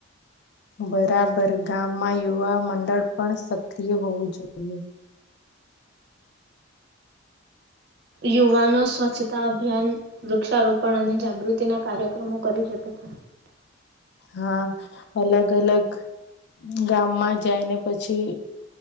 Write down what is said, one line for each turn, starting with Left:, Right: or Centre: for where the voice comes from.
Left: બરાબર ગામમાં યુવા મંડળ પણ સક્રિય હોવું જોઈએ.
Right: યુવાનો સ્વચ્છતા અભિયાન વૃક્ષારોપણ અને જાગૃતિના કાર્યક્રમો કરી શકે છે.
Left: હા, અલગ અલગ ગામમાં જાયને પછી